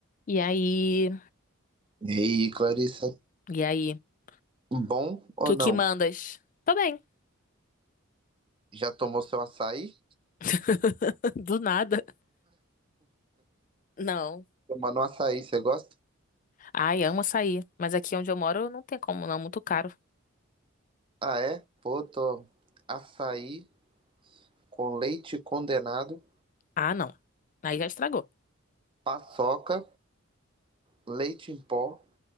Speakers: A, on the left; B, on the right.
A: E aí?
B: E aí, Clarissa,
A: E aí? O
B: bom ou
A: que
B: não?
A: que mandas? Tô bem.
B: Já tomou seu açaí?
A: <laughs> Do nada. Não.
B: Tomando açaí, você gosta?
A: Ai, amo açaí. Mas aqui onde eu moro não tem como, não. Muito caro.
B: Ah, é? Pô, tô açaí com leite condenado,
A: Ah, não. Aí já estragou.
B: paçoca, leite em pó,